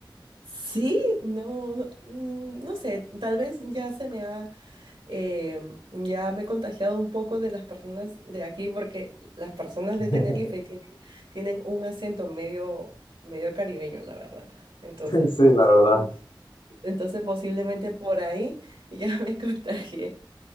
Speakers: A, on the right (about 75°); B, on the left (about 85°).
A: Sí, no, mm, no sé. Tal vez ya se me ha Eh, ya me he contagiado un poco de las personas de aquí porque las personas
B: <laughs>
A: de Tenerife tienen, tienen un acento medio, medio caribeño, la verdad. Entonces,
B: Sí,
A: posi-
B: la verdad.
A: entonces posiblemente por ahí ya me <laughs> contagié.